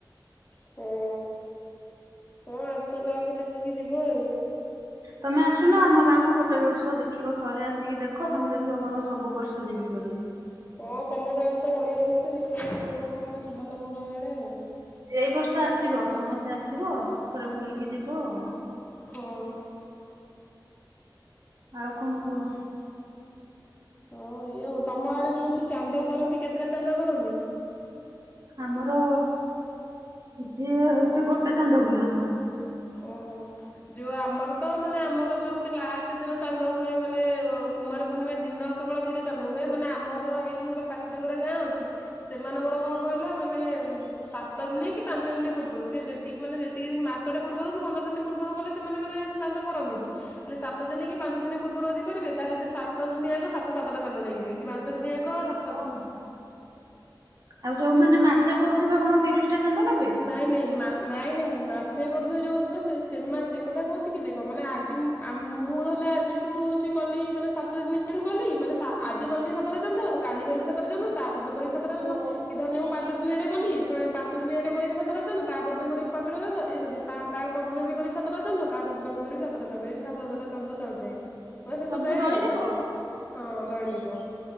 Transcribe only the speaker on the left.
ହଁ ହଁ ଆସ ଗାଁକୁ ଦେଖିକି ଯିବ ଆଉ।
ହଁ ତମ ଗାଁରେ ତ ବଢିଆ ହଉଛି ଦେଖିବା ନହେନେ କୋଉ ବର୍ଷ ଗୋଟେ ଯିବା ତମ ଗାଁ ଆଡେ ଆଉ।
ହଁ।
ହଁ ଇଏ ଉ ତମ ଆଡେ ଯୋଉ ହଉଛି ଚାନ୍ଦ କରନ୍ତି କେତେଟା ଚାନ୍ଦ କରନ୍ତି।
ଓହୋ ଯୋଉ ଆମର ତ ମାନେ ଆମର ଯୋଉ ହଉଛି ଲାଷ୍ଟ ଦିନ ଚାନ୍ଦ ହୁଏ ମାନେ କୁମାର ପୂର୍ଣ୍ଣିମା ଦିନ କେବଳ ଦିଟା ଚାନ୍ଦ ହୁଏ ମାନେ ଆମର ଏଇଠି ଗୁରେ ପାଖରେ ଗୁରେ ଗାଁ ଅଛି ସେମାନଙ୍କର କଣ କହିଲ ମାନେ ଉଁ ସାତ ଦିନି କି ପାଞ୍ଚ ଦିନି ପୂର୍ବୁରୁ ସିଏ ଯେତିକି ମାନେ ଯେତିକି ଦିନ ମାସ୍ ସଟେ ପୂର୍ବରୁ କି ପନ୍ଦର ଦିନି ପୂର୍ବରୁ କଲେ ସେମାନେ ମାନେ ଚାନ୍ଦ କରନ୍ତିନି। ହେଲେ ସାତ ଦିନି କି ପାଞ୍ଚ ଦିନି ପୂର୍ବରୁ ଯଦି କରିବେ ତାହେଲେ ସେ ସାତ ଦିନିଆଙ୍କ ସାତ ସାତଟା ଚାନ୍ଦ ନେଇକ ଯିବେ କି ପାଞ୍ଚ ଦିନିଆଙ୍କ ସାତ୍
ନାଇଁ ନାଇଁ ମା ନାଇଁ ନାଇଁ ମାସ୍ ସିଏ କରୁଥିବେ ଯୋଉ ଦିନ ସେ ସେମାନେ ସେ କଥା କୋହୁଚି କି ଦେଖ ମାନେ ଆଜି ମୁଁ ଆମ୍ ମୁଁ ଧରନିଅ ଆଜି ଠୁ ହୋଉଚି କଲି ମାନେ ସାତ ଦିନଠୁ କଲି ମାନେ ସା ଆଜି କଲି ସାତଟ ଚାନ୍ଦ, କାଲି କରିବି ସାତଟ ଚ ଚାନ୍ଦ, ତାପର ଦିନ କରିବି ସାତଟ ଚାନ୍ଦ
କି ଧରିନିଅ ମୁଁ ପାଞ୍ଚ ଦିନିଆଟା କଲି ଫେଣେ ପାଞ୍ଚ ଦିନଆଟେ କରିବି ସାତଟା ଚାନ୍ଦ ତାପରଦିନ କରିବି ପାଞ୍ଚଟା ଚାନ୍ଦ ଏଇ ସରି ପା ତା ପରଦିନ ବି କରିବି ସାତଟା ଚନ୍ଦ ତା ପରଦିନ ବି କରିବି ସାତଟା ଚନ୍ଦ ଏମତି ସାତ ସାତଟା ଚନ୍ଦ ଚାଲିଥାଏ। ତ ଶେଷକୁ
ଯାଏ
ଆଉ ହଁ ଦୈନିକ